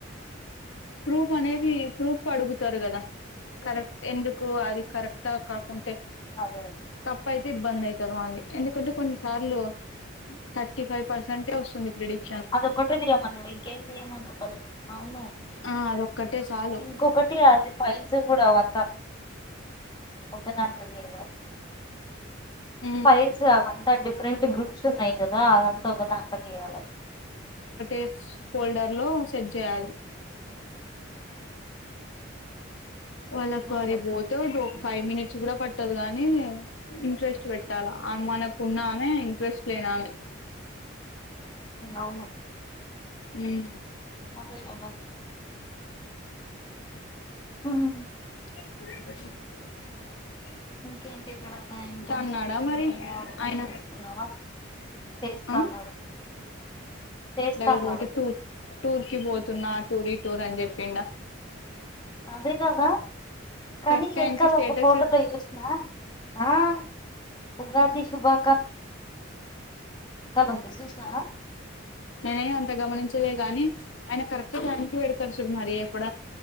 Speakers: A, on the left (about 75°); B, on the left (about 20°).
A: ప్రూఫ్ అనేది ప్రూఫ్ అడుగుతారు గదా కరెక్ట్ ఎందుకు అది కరెక్ట్ అంతా కాకుంటే
B: అదే
A: తప్ప అయి ఇబ్బంది అయితది మళ్ళీ ఎందుకంటే కొన్నిసార్లు థర్టీ ఫైవ్ పర్సెంటే వస్తుంది క్రెడిట్
B: అదొక్కటే దియమన్నాడు ఇంకేం దియ్యమని చెప్పాలే అవును
A: ఆ అదొక్కటే చాలు
B: ఇంకొకటి అది ఫైల్స్ కూడా వంత ఓకా ధంత్లో ఎన్
A: అ
B: ఫైల్స్ అదంతా డిఫరెంట్ గ్రూప్స్ ఉన్నాయి కదా అదంతా ఒకద అంట వయాల
A: ఫ ఫోల్డర్ లో సెట్ చేయాలి వాళ్ళకు
B: అదే
A: అది పోతే ఒక ఫైవ్ మినిట్స్ కూడా పట్టదు కాగాని ఇంట్రెస్ట్ పెట్ట మనాకు ఉన్నామే ఇంట్రెస్ట్ లేనమే
B: అవును
A: ఉమ్
B: అధే కథ హు
A: అ
B: ఇంకేంటి ఎక్కడన్నా ఇంటర్న్షిప్స్
A: అన్నాడా మరి
B: ఏమన్నా
A: ఆయన
B: చేస్తున్నావా చేస్తాన్నాడు
A: ఆ
B: చేస్తాన్నాడు
A: లే బతే టూ తూర్కి బోత్ వస్తున్నా టూర్ టూర్ అని చెప్పిడా
B: అధే కథ కానీ
A: కరెక్ట్
B: వెనకాల
A: టైం కి స్టేటస్
B: ఒక ఫోటోలో చూసిన ఆ ఉగాది శుభా ఉంది చూసినావా
A: నేనే అంత గమనించలేగా కానీ ఆయన కరెక్ట్గా దానికి పెడతారు చు మరి ఎప్పుడ